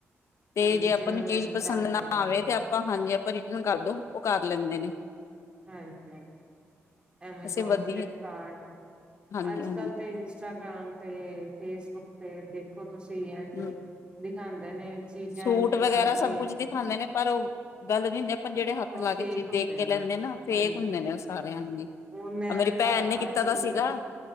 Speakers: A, on the left; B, on the right.
A: ਤੇ
B: ਹਾਂਜੀ
A: ਜੇ
B: ਜਿਵੇਂ
A: ਆਪਾਂ ਨੂੰ
B: ਮੰਤਰਾ
A: ਚੀਜ਼ ਪਸੰਦ
B: ਹੋ
A: ਨਾ
B: ਗਿਆ
A: ਆਵੇ ਤੇ ਆਪਾਂ ਹਾਂਜੀ ਆਪਾਂ ਰਿਟਰਨ ਕਰਦੋ ਕਰ ਲੈਂਦੇ ਨੇ
B: ਹਾਂਜੀ ਹਾਂਜੀ ਐਮਾਜੋਨ
A: ਵੈਸੇ ਵਧੀਆ
B: ਫਲਿਪਕਾਰਟ
A: ਹਾਂਜੀ
B: ਅੱਜ
A: ਹਾਂਜੀ
B: ਕੱਲ ਤਾਂ ਇੰਸਟਾਗ੍ਰਾਮ ਤੇ ਫੇਸਬੁੱਕ ਤੇ ਦੇਖੋ ਤੁ ਸਹੀ ਇਹਦੇਓ
A: ਹੂੰ
B: <unintelligible> ਖਾਂਦੇ ਨੇ ਚੀਜ਼ਾਂ
A: ਸੂਟ
B: ਇੰਝ ਦਿਖਾਉਣਗੇ
A: ਵਗੈਰਾ ਸਭ ਕੁਝ ਦਿਖਾਂਦੇ ਨੇ ਪਰ ਉਹ ਗੱਲ ਨੀ ਹੁੰਦੀ ਆਪਾਂ ਜਿਹੜੇ ਹੱਥ
B: ਉਹ
A: ਲਾਗੇ
B: ਫੇਕ
A: ਚੀਜ਼
B: ਹੁੰਦੇ
A: ਦੇਖ ਕੇ
B: ਨੇ
A: ਲੈਂਦੇ ਨਾ ਫੇਕ
B: ਹਾਂਜੀ
A: ਹੁੰਦੇ ਨੇ ਉਹ ਸਾਰਿਆਂਨੀ
B: ਉਹ ਮੈਂ
A: ਆਹ ਮੇਰੀ ਭੈਣ
B: ਕ
A: ਨੇ ਕੀਤਾ
B: ਅੱਜ
A: ਤਾਂ
B: ਹੀ
A: ਸੀਗਾ